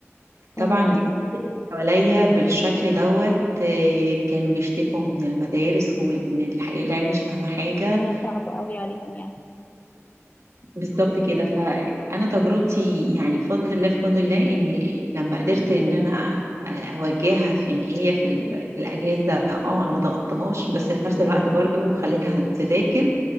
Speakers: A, on the right; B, on the left.
A: طبعا
B: ايوه ايوه
A: حواليا بالشكل دوت آه، كانوا بيشتكوا من المدارس وإن الح- العيال مش فاهمة حاجة
B: الدنيا صعبة قوي عليهم يعني
A: بالظبط كده فأنا تجربتي يعني بفضل الله بفضل الله إن لما قدرت إن أنا أوجهها في إن هي في ال- في الأجازة اه أنا ما ضغطتهاش بس في نفس الوقت برضو خليتها تذاكر